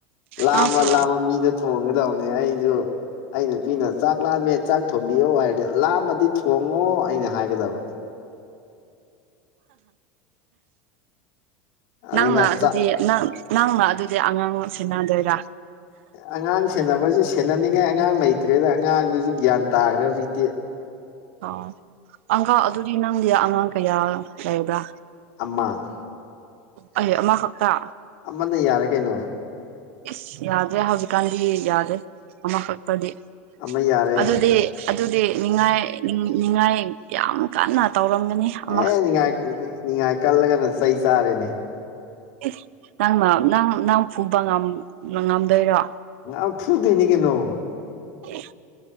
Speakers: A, on the left; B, on the right.
A: ꯂꯥꯝꯃ
B: ꯅꯪꯁꯨ
A: ꯂꯥꯝꯃ ꯃꯤꯗ ꯊꯣꯡꯒꯗꯕꯅꯦ ꯑꯩꯖꯨ ꯑꯩ ꯅꯨꯄꯤꯅ ꯆꯥꯛ ꯂꯥꯝꯃꯦ ꯆꯥꯛ ꯊꯣꯡꯕꯤꯌꯣ ꯍꯥꯏꯔꯗꯤ ꯂꯥꯝꯃꯗꯤ ꯊꯣꯡꯉꯣ ꯑꯩꯅ ꯍꯥꯏꯒꯗꯕ ꯑꯗꯨꯅ
B: ꯅꯪꯅ ꯑꯗꯨꯗꯤ
A: ꯆꯥꯛ
B: ꯅꯪ ꯅꯪꯅ ꯑꯗꯨꯗꯤ ꯑꯉꯥꯡ ꯁꯦꯟꯅꯗꯣꯏꯔꯥ
A: ꯑꯉꯥꯡ ꯁꯦꯟꯅꯕꯖꯦ ꯁꯦꯟꯅꯅꯤꯡꯉꯥꯏ ꯑꯉꯥꯡ ꯂꯩꯇ꯭ꯔꯦꯗ ꯑꯉꯥꯡꯗꯨꯖꯨ ꯒ꯭ꯌꯥꯟ ꯇꯥꯒ꯭ꯔꯦ ꯍꯧꯖꯤꯛꯇꯤ
B: ꯑꯣ ꯑꯪꯀꯜ ꯑꯗꯨꯗꯤ ꯅꯪꯗꯤ ꯑꯉꯥꯡ ꯀꯌꯥ ꯂꯩꯕ꯭ꯔꯥ
A: ꯑꯃ
B: ꯑꯩ ꯑꯃ ꯈꯛꯇꯥ
A: ꯑꯃꯅ ꯌꯥꯔꯦ ꯀꯩꯅꯣ
B: ꯏꯁ ꯌꯥꯗ꯭ꯔꯦ ꯍꯧꯖꯤꯛꯀꯥꯟꯗꯤ ꯌꯥꯗꯦ ꯑꯃꯈꯛꯇꯗꯤ
A: ꯑꯃ ꯌꯥ
B: ꯑꯗꯨꯗꯤ ꯑꯗꯨꯗꯤ ꯅꯤꯡꯉꯥꯏ ꯅꯤꯡꯉꯥꯏ ꯌꯥꯝ ꯀꯟꯅ ꯇꯧꯔꯝꯒꯅꯤ
A: ꯑꯦ
B: ꯑꯃ
A: ꯅꯤꯡꯉꯥꯏ ꯅꯤꯡꯉꯥꯏ ꯀꯜꯂꯒꯅ ꯆꯩ ꯆꯥꯔꯦꯅꯦ
B: ꯏꯁ ꯅꯪꯅ ꯅꯪ ꯅꯪ ꯐꯨꯕ ꯉꯝ ꯉꯝꯗꯣꯏꯔꯣ
A: ꯉꯝ ꯐꯨꯗꯣꯏꯅꯤ ꯀꯩꯅꯣ
B: ꯑꯦ